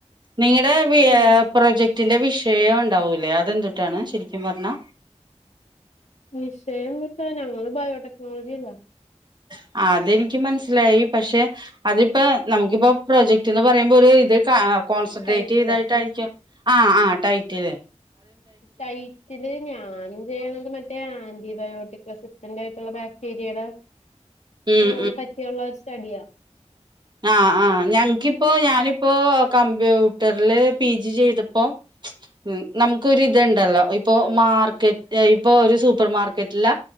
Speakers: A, on the right (about 40°); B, on the left (about 70°).
A: നിങ്ങളടെ വി
B: ഉം
A: ഏ പ്രൊജ കുറ്റിന്റെ വിഷയം ഉണ്ടാവൂലേ അതെന്തിട്ടാണു ശരിക്കും പറഞ്ഞാ
B: വിഷയതുട്ടാ ഞങ്ങള് ബയോടെക്നോളജില്ലാ
A: <inaudible> അതെനിക്ക് മനസ്സിലായി പക്ഷെ അതിപ്പോ നമുക്കിപ്പോ പ്രൊജക്ട് എന്ന് പറയുമ്പോ ഒരു ഇത് ക കോൺസെൻട്രേറ്റ്
B: ടൈറ്റിലാ
A: ചെയ്തായിട്ടായിരിക്കും ആ ആ ടൈറ്റ്ല്ല്
B: ചൈറ്റല്ല് ഞാൻ ചെയ്യണത് മറ്റേ ആന്റിബയോട്ടിക് അസിസ്റ്റന്റ് ആയിട്ടുള്ള ബാക്ടീരിയുടെ
A: ഉം
B: ആ പറ്റിള്ള സ്റ്റഡിയാ.
A: അ ആ ഞങ്ങക്കിപ്പോ ഞാനിപ്പോ കമ്പ്യൂട്ടറില് പി ജി ചെയ്തപ്പോ ഉം നമുക്കിര്ത്ണ്ടല്ലോ ഇപ്പൊ മാർക്കറ്റ് ഇപ്പൊ ഒരു സൂപ്പർ മാർക്കറ്റില